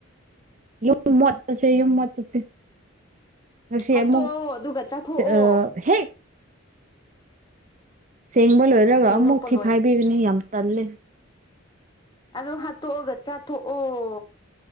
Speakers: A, on the right; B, on the left.
A: ꯌꯨꯝ ꯃꯣꯠ ꯄꯁꯦ -ꯌꯨꯝ ꯃꯣꯠ ꯄꯁꯦ ꯁ
B: ꯍꯥꯠꯇꯣꯛꯑꯣ
A: ꯑꯃꯛ
B: ꯑꯗꯨꯒ ꯆꯥꯊꯣꯛꯑꯣ
A: ꯑ ꯍꯦ ꯁꯦꯡꯕ ꯂꯣꯏꯔꯒ
B: ꯁꯦꯡꯗꯣꯛꯄ
A: ꯑꯃꯨꯛ ꯊꯤ ꯐꯥꯏꯕꯤꯒꯅꯤ ꯌꯥꯝ ꯇꯜꯂꯦ
B: ꯑꯗꯨꯣ ꯍꯥꯠꯇꯣꯛꯑꯒ ꯆꯥꯊꯣꯛꯑꯣ